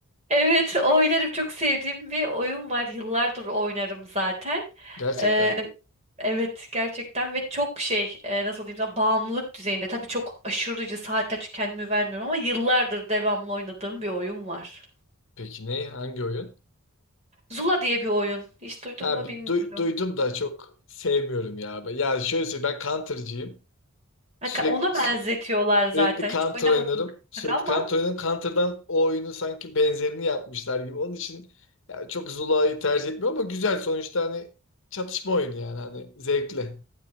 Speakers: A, on the right (about 30°); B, on the left (about 60°).
A: Evet, oynarım. Çok sevdiğim bir oyun var. Yıllardır oynarım zaten.
B: Gerçekten
A: Ee,
B: mi?
A: evet gerçekten ve çok şey e, nasıl diyeyim sana bağımlılık düzeyinde. Tabii çok aşırıcı saatler çünkü kendimi vermiyorum ama yıllardır devamlı oynadığım bir oyun var.
B: Peki ne? Hangi oyun?
A: Zula diye bir oyun. Hiç duydun
B: Ha,
A: mu
B: bir
A: bilmiyorum.
B: du- duydum da çok sevmiyorum ya. Ben, yani şöyle söyleyeyim ben Counter'cıyım.
A: Haka-
B: Sürekli
A: Ona benzetiyorlar
B: sü-
A: zaten.
B: sürekli Counter
A: Hiç oynamadım
B: oynarım. Sürekli
A: ama
B: Counter oynarım. Counter'dan o oyunun sanki benzerini yapmışlar gibi. Onun için ya, çok Zula'yı tercih etmiyorum ama güzel sonuçta hani çatışma oyunu yani hani zevkli.